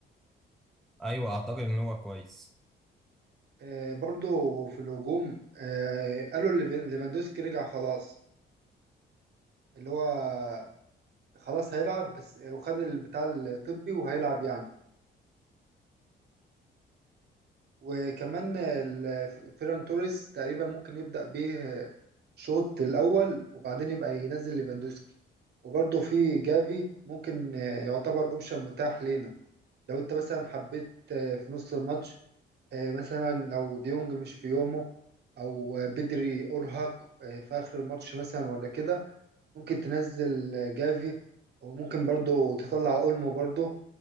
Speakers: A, in the centre; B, on the right (about 55°).
A: ايوه اعتقد ان هو كويس
B: آه برضو في الهجوم آه قالوا ليفن- ليفاندوسكي رجع خلاص اللي هو خلاص هيلعب بس وخد البتاع الطبي وهيلعب يعني وكمان ال- فيران توريس تقريبا ممكن يبدأ بيه شوط الأول وبعدين يبقى ينزل ليفاندوسكي وبرضه في جافي ممكن يعتبر أوبشن متاح لينا لو أنت مثلا حبيت في نص الماتش مثلا لو ديونج مش في يومه أو بدري أرهق في آخر الماتش مثلا ولا كده ممكن تنزل جافي وممكن برضه تطلع أولمو برضه